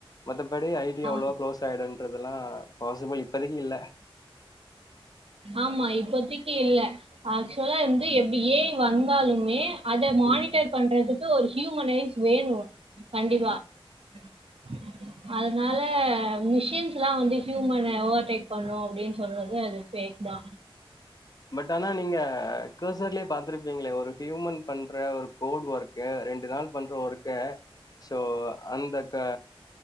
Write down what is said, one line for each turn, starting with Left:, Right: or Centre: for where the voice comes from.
Left: மத்தபடி ஐடி
Right: ஆ
Left: அவ்ளவா க்ளோஸ் ஆயிடன்றதுெல்லாம் பாசிபிள் இப்பதைக்கு இல்ல
Right: ஆமா இப்பத்திக்கு இல்ல ஆக்சுவலா வந்து எப்பிடி ஏ ஐ வந்தாலுமே அத மானிட்டர்
Left: ம்.
Right: பண்றதுக்கு ஒரு ஹியூமன் ரைஸ் வேணும் கண்டிப்பா ஆ ஹா அதனால மிஷின்ஸ் எல்லாம் வந்து ஹியூமன ஓவர்டேக் பண்ணும் அப்பிடின்னு சொல்றது ஃபேக் தா
Left: பட் ஆனா நீங்க ஒரு கர்ஸர்லயே பார்த்திருப்பீங்க மே ஒரு ஹியூமன் பண்ற ஒரு கோட் வர்ட் கே ரெண்டு நாள் பண்ற ஒர்க்க சோ அந்த க